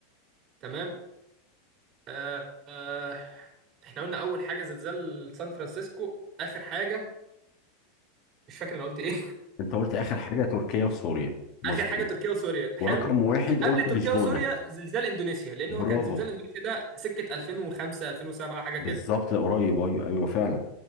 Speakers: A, on the right; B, on the left.
A: تمام آه آه احنا قلنا اول حاجه زلزال سان فرانسيسكو اخر حاجه مش فاكر انا قلت ايه
B: انت قلت اخر حاجه تركيا وسوريا
A: <laughs>
B: مظبوط
A: اخر حاجه تركيا وسوريا حلو
B: ورقم واحد قلت
A: قبل تركيا
B: لشبونه
A: وسوريا زلزال اندونيسيا لان
B: برافو
A: هو كان زلزال اندونيسيا ده سكه 2005 2007 حاجه
B: بالظبط
A: كده
B: قريب ايوه ايوه فعلا